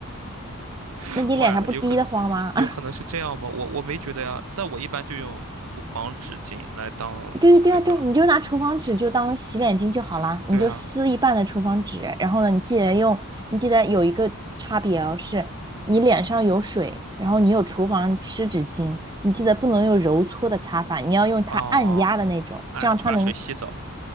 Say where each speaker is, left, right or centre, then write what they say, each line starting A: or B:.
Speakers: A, on the right (about 85°); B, on the right (about 20°).
A: <laughs>
B: 那你脸上不滴得慌吗？
A: 坏了，有可能，有可能是这样吗？
B: <laughs>
A: 我我没觉得呀，但我一般就用厨房纸巾来当那个，
B: 对对对啊，对啊，你就拿厨房纸就当洗脸巾就好啦，
A: 对啊，
B: 你就撕一半的厨房纸，然后呢，你记得用，你记得有一个差别哦，是你脸上有水，然后你有厨房湿纸巾，你记得不能用揉搓的擦法，你要用它按压的那种，
A: 哦，哎，
B: 这样它能
A: 就把水吸走。